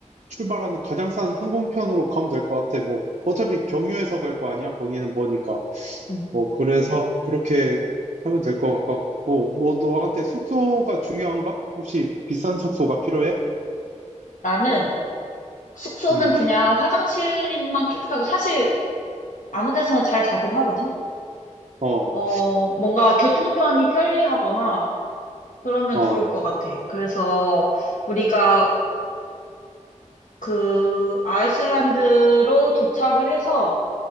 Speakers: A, on the right (about 75°); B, on the left (about 80°).
A: 출발하는 가장 싼 항공편으로 가면 될 것 같아. 뭐, 어차피 경유해서 갈 거 아니야? 거기는 뭐니까.
B: 음.
A: 뭐, 그래서 그렇게 하면 될 것 같고, 뭐, 너한테 숙소가 중요한가? 혹시 비싼 숙소가 필요해?
B: 나는 숙소는
A: 음,
B: 그냥 화장실만 깨끗하고 사실 아무 데서나 잘 자긴 하거든.
A: 어,
B: 어, 뭔가 교통편이 편리하거나 그러면
A: 어,
B: 좋을 것 같아. 그래서 우리가 그 아이슬란드로 도착을 해서